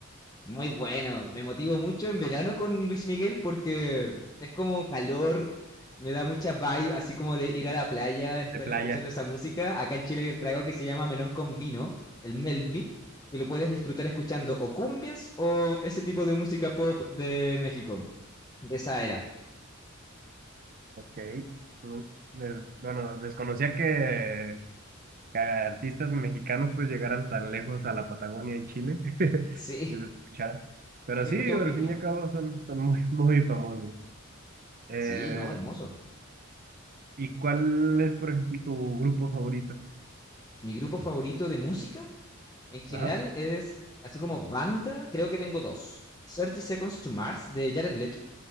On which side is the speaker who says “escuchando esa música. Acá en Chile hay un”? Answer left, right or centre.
Left